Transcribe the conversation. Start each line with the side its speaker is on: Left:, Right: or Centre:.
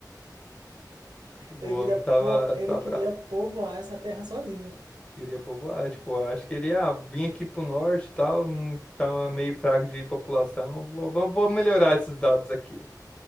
Left: O
Right: Ele
Left: homem
Right: queria, po...
Left: tava,
Right: ele
Left: tá
Right: queria
Left: bravo,
Right: povoar essa terra sozinho.
Left: queria povoar, tipo, acho que ele, ah, vim aqui pro norte e tal, não tá meio fraco de população, vou, vou vou melhorar esses dados aqui.